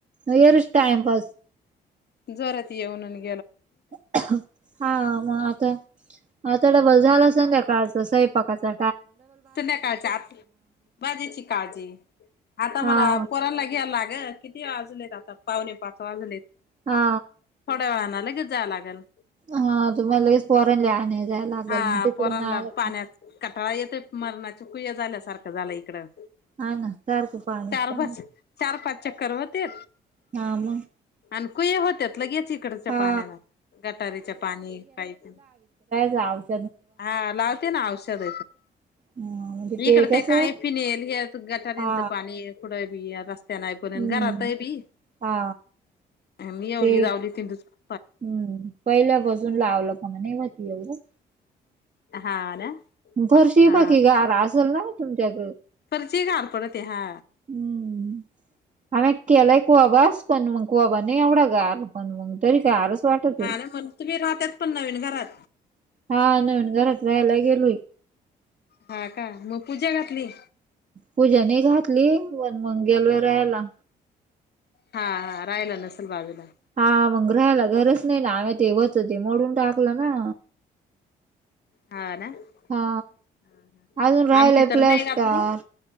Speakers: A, on the right; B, on the left.
A: येरच टाइमपास
B: जरात येऊन नी
A: <unintelligible> हा मग आता आता डबल झाला सं काळ सयंपाकाचा
B: सुध्याकाळच्या आत, भाजेची काळजी आता
A: हा
B: मला पोरांला घ्यायला लाग किती वाजलेत आता पावणे पाच वाजलेत
A: हा
B: थोड्या वेळाने लागेच जायला लागेल.
A: हा तुम्हाला लगेच पोरानले आणले जायला लागलं
B: हा
A: मग तिकडून
B: पोरांला
A: आलं
B: पाण्यात कटाळा येतय मरणाच्या कुया झाल्यासारखं झालं इकडं
A: हा ना सारखं पाणी
B: चार
A: पाणी
B: पाच चार पाच चक्कर होते.
A: हा मग
B: आणि कुया होत्या लगेच इकडच्या
A: हा
B: पाण्याने गटारीच्या पाणी पाईप
A: जाव <unintelligible>
B: हा लावते ना औषध
A: ह म्हणजे
B: इकड
A: कसं
B: ते काय पिनेल गटारीचं
A: हा
B: पाणी कुढं बिस्त त्याना ऐ पर्य
A: हम्म
B: घरात आहे पी
A: हा
B: मी येवली
A: ते
B: जावली तिंू <unintelligible>
A: हम्म पहिल्यापासून लावलं का मग नाही होत एवढं
B: हा ना
A: फरशी
B: हा
A: बाकी गार असेल ना तुमच्याकडे?
B: फरशी गार पडते हा
A: हम्म आम्ही केलाय कोबाच पण मग कोबा नाही एवढा गारल पण मग तरी गारस वाटतंय.
B: आणि म्हग तुम्ही राहात पण नवीन घरात
A: हा नवीन घरात राहायला गेलोय.
B: हा का मग पूजा घातली?
A: पूजा नाही घातली पण मग गेलो राहायला.
B: हा हा राहिला नसेल बाजूला
A: हा मग राहायला घरच नाही ना आम्ही वरचं हो ते मोडून टाकलं ना
B: हा ना ह
A: हा अजून राहिलय
B: आमची तर
A: प्लॅस्टर
B: नाही घातली